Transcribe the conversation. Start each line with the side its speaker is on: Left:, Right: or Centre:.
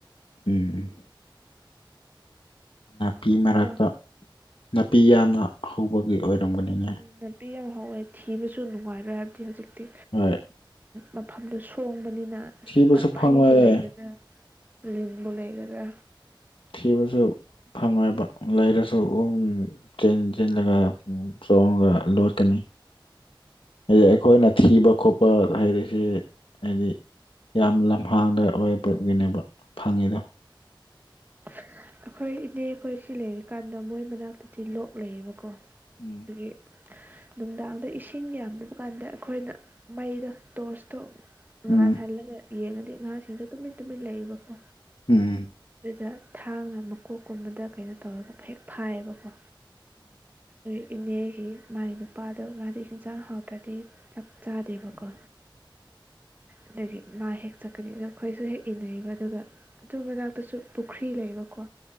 Left: ꯎꯝ ꯅꯥꯄꯤ
Right: ꯍꯥꯎꯕꯅꯤꯀꯣ
Left: ꯃꯔꯛꯇ ꯅꯥꯄꯤ ꯌꯥꯝꯅ ꯍꯧꯕꯒꯤ ꯑꯣꯏꯔꯝꯕꯅꯤꯅ
Right: ꯎꯝ ꯅꯥꯄꯤ ꯌꯥꯝ ꯍꯧꯥꯎꯋꯦ ꯊꯤꯕꯁꯨ ꯅꯨꯡꯉꯥꯏꯔꯣꯏ ꯍꯥꯏꯕꯗꯤ ꯍꯧꯖꯤꯛꯇꯤ
Left: ꯍꯣꯏ
Right: ꯃꯐꯝꯗꯨ ꯁꯣꯡꯕꯅꯤꯅ
Left: ꯊꯤꯕꯁꯨ
Right: ꯀꯛꯐꯩꯕꯨ
Left: ꯐꯪꯉꯣꯏꯌꯦ
Right: ꯂꯩꯒꯗ꯭ꯔꯥ ꯂꯕꯨꯣ ꯂꯩꯒ꯭ꯔ
Left: ꯊꯤꯕꯁꯨ ꯐꯪꯉꯣꯏꯕ ꯂꯩꯔꯁꯨ ꯆꯦꯟ ꯆꯜꯂꯒ ꯆꯣꯡꯉꯒ ꯂꯣꯠꯀꯅꯤ ꯍꯥꯏꯗꯤ ꯑꯩꯈꯣꯏꯅ ꯊꯤꯕ ꯈꯣꯠꯄ ꯍꯥꯏꯔꯤꯁ ꯍꯥꯏꯗꯤ ꯌꯥꯝ ꯂꯝꯍꯥꯡꯗ ꯑꯣꯏꯕꯒꯤꯅꯦꯕ ꯐꯪꯉꯤ
Right: <inaudible> ꯑꯩꯈꯣꯏ ꯏꯅꯦ ꯑꯩꯈꯣꯏꯁꯤ ꯂꯩꯔꯤꯀꯥꯟꯗ ꯃꯣꯏ ꯃꯅꯥꯛꯇꯗꯤ ꯂꯣꯛ ꯂꯩꯌꯦꯕꯀꯣ
Left: ꯎꯝ
Right: ꯗꯨꯒꯤ ꯅꯨꯡꯗꯥꯡꯗ ꯏꯁꯤꯡ ꯌꯥꯝꯗꯕ ꯀꯥꯟꯗ ꯑꯩꯈꯣꯏꯅ ꯃꯩꯗ ꯇꯣꯔꯁꯇꯣ ꯉꯥꯜꯍꯜꯂꯒ
Left: ꯎꯝ
Right: ꯌꯦꯡꯉꯗꯤ ꯉꯥꯁꯤꯡꯗ ꯇꯨꯃꯤꯟ ꯇꯨꯃꯤꯟ ꯂꯩꯌꯦꯕꯀꯣ
Left: ꯎꯝ
Right: ꯑꯗꯨꯗ ꯊꯥꯡꯅ ꯃꯀꯣꯛꯀꯨꯝꯕꯗ ꯀꯩꯅꯣ ꯇꯧꯔꯒ ꯍꯦꯛ ꯐꯥꯏꯌꯦꯕꯀꯣ ꯑꯩ ꯏꯅꯦꯒꯤ ꯃꯥꯏ ꯅꯨꯄꯥꯗꯣ ꯉꯗꯤ ꯌꯦꯟꯖꯥꯡ ꯍꯥꯎꯇ꯭ꯔꯗꯤ ꯆꯞ ꯆꯥꯗꯦꯕꯀꯣ ꯑꯗꯒꯤ ꯃꯥ ꯍꯦꯛ ꯆꯠꯀꯅꯤ ꯑꯗꯨ ꯑꯩꯈꯣꯏꯁꯨ ꯍꯦꯛ ꯏꯟꯅꯩꯔꯤꯕ ꯑꯗꯨꯒ ꯈꯣꯏ ꯃꯅꯥꯛꯇꯁꯨ ꯄꯨꯈ꯭ꯔꯤ ꯂꯩꯌꯦꯕꯀꯣ